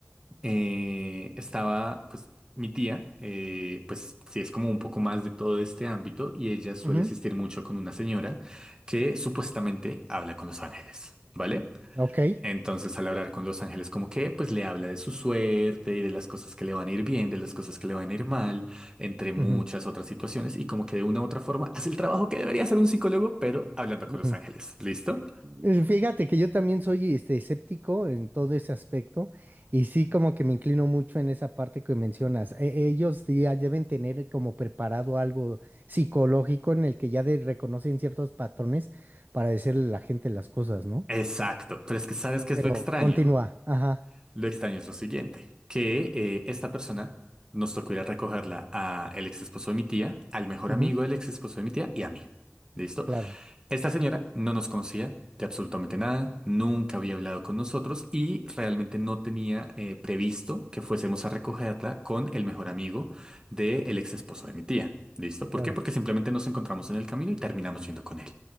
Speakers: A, on the right; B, on the right.
A: eh, estaba, pues, mi tía, eh, pues, sí es como un poco más de todo este ámbito y ella suele
B: Ujú,
A: asistir mucho con una señora que supuestamente habla con los ángeles, ¿vale?
B: Ok.
A: Entonces, al hablar con los ángeles, como que, pues, le habla de su suerte y de las cosas que le van a ir bien, de las cosas que le van a ir mal, entre muchas
B: Ujú,
A: otras situaciones y como que de una u otra forma hace el trabajo que debería hacer un psicólogo, pero hablando con
B: ujú.
A: los ángeles, ¿listo?
B: Eh, Fíjate que yo también soy este, escéptico en todo ese aspecto y sí como que me inclino mucho en esa parte que mencionas. E- ellos sí ya deben tener como preparado algo psicológico en el que ya de- reconocen ciertos patrones para decirle a la gente las cosas, ¿no?
A: Exacto, pero es que ¿sabes qué es
B: Pero
A: lo extraño?
B: continúa. Ajá.
A: Lo extraño es lo siguiente, que eh, esta persona nos tocó ir a recogerla a el ex esposo de mi tía, al mejor
B: ujú,
A: amigo del ex esposo de mi tía y a mí. ¿Listo?
B: Claro,
A: Esta señora no nos conocía de absolutamente nada, nunca había hablado con nosotros y realmente no tenía eh, previsto que fuésemos a recogerla con el mejor amigo del ex esposo de mi tía. ¿Listo? ¿Por
B: claro.
A: qué? Porque simplemente nos encontramos en el camino y terminamos yendo con él.